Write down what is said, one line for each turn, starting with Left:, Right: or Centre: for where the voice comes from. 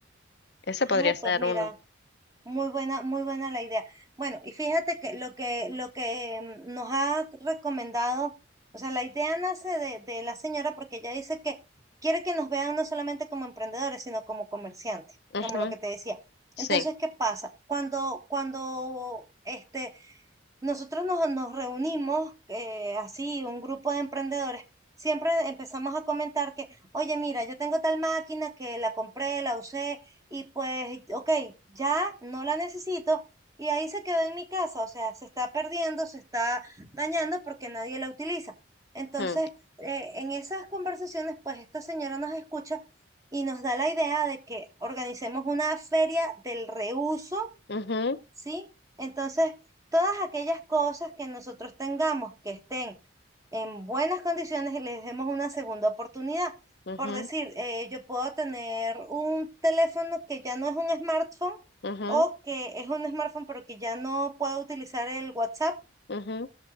Left: Ese podría
Right: Ay,
Left: ser
Right: pues mira,
Left: uno.
Right: muy buena, muy buena la idea. Bueno, y fíjate que lo que, lo que mm, nos ha recomendado, o sea, la idea nace de, de la señora porque ella dice que quiere que nos vean no solamente como emprendedores, sino como comerciantes,
Left: Ujú,
Right: como lo que te decía. Entonces,
Left: Sí.
Right: ¿qué pasa? Cuando, cuando este, nosotros nos, nos reunimos eh, así, un grupo de emprendedores. Siempre empezamos a comentar que, oye, mira, yo tengo tal máquina que la compré, la usé y pues, ok, ya no la necesito y ahí se quedó en mi casa, o sea, se está perdiendo, se está dañando porque nadie la utiliza. Entonces,
Left: mm,
Right: eh, en esas conversaciones, pues esta señora nos escucha y nos da la idea de que organicemos una feria del reuso
Left: ujú,
Right: ¿sí? Entonces, todas aquellas cosas que nosotros tengamos que estén en buenas condiciones, les demos una segunda oportunidad.
Left: ujú,
Right: Por decir, eh, yo puedo tener un teléfono que ya no es un smartphone
Left: ujú,
Right: o que es un smartphone pero que ya no puedo utilizar el WhatsApp,
Left: ujú,